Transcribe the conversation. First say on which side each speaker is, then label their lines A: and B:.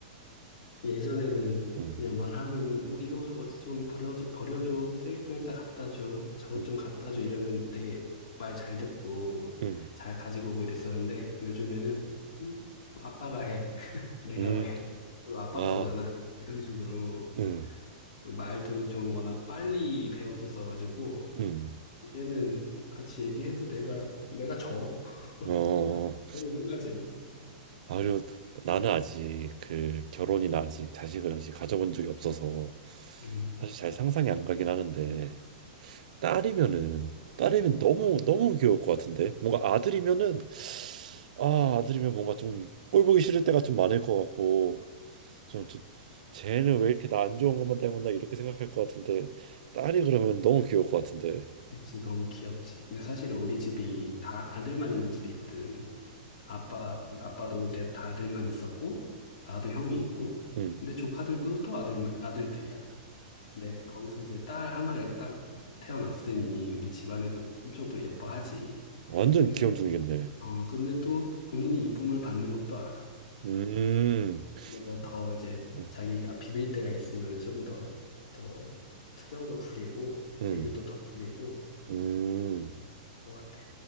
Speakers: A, on the left; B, on the right.
A: 예전에는
B: 음,
A: 그냥 말하면은 뭐 이거 어디 좀 버려 버려줘 쓰레기통에다 갖다 줘 저것
B: 음,
A: 좀 갖다 줘 이러면 되게 말 잘 듣고
B: 음,
A: 잘 가지고 오고 이랬었는데 요즘에는 음, 아빠가 해 <laughs> 내가
B: 음,
A: 왜 이거 아빠
B: 아,
A: 거잖아 이런 식으로
B: 음,
A: 말도 좀 워낙 빨리 배웠었어가지고
B: 음.
A: 이제는 같이 얘기해도 내가 내가 져 <laughs>
B: 어,
A: 맨날 혼나지
B: 아유, 나는 아직 그 결혼이나 아직 자식을 아직 가져본 적이 없어서
A: 음,
B: 사실 잘 상상이 안 가긴 하는데. 딸이면은 딸이면
A: 음.
B: 너무 너무 귀여울 것 같은데 뭔가 아들이면은 아 아들이면 뭔가 좀 꼴보기 싫을 때가 좀 많을 것 같고 좀, 좀 쟤는 왜 이렇게 나 안 좋은 것만 때문나 이렇게 생각할 것 같은데 딸이 그러면 너무 귀여울 것 같은데
A: 그치 너무 귀엽지 근데 사실 우리 집이 다 아들만 있는 집이거든 아빠, 아빠도 이제 다 아들만 있었고, 나도 형이 있고,
B: 음음음음음음
A: 근데 조카들도 또 아들만, 아들들이야. 근데 거기서 이제 딸 하나가 이렇게 딱 태어났으니, 우리 집안에서는 엄청 또 예뻐하지.
B: 완전
A: 근데,
B: 귀염둥이겠네
A: 어, 근데 또 본인이 이쁨을 받는 것도 알아.
B: 음
A: 그래서 더
B: 아,
A: 이제
B: 음,
A: 자기가 비빌 때가 있으면 좀 더, 더 투정도 부리고,
B: 음.
A: 애교도 더 부리고,
B: 음.
A: 그런 것 같아.